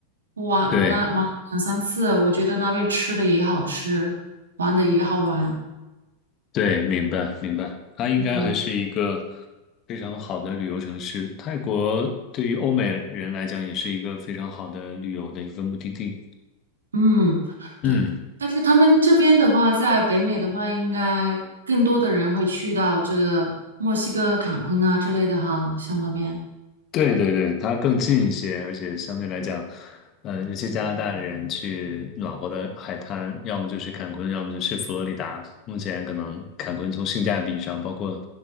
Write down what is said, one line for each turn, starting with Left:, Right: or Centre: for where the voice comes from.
Right: 我玩我来玩了两三次，
Left: 对。
Right: 我觉得那边吃的也好吃，玩的也好玩，
Left: 对，明白明白，它应该还是一个
Right: 嗯。
Left: 非常好的旅游城市。泰国对于欧美人来讲，也是一个非常好的旅游的一个目的地。
Right: 嗯，
Left: 嗯，
Right: 对，但是他们这边的话，在北美的话，应该更多的人会去到这个墨西哥坎昆啊之类的哈，像那边
Left: 对对对，它更近一些，而且相对来讲，呃，尤其加拿大人去暖和的海滩，要么就是坎昆，要么就是佛罗里达。目前可能坎昆从性价比上，包括